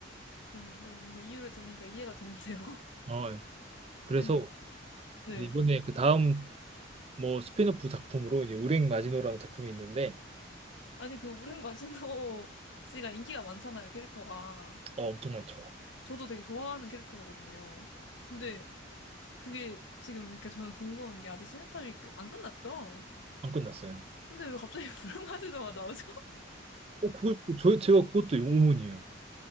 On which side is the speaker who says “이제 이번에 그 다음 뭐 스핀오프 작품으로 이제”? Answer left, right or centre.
Right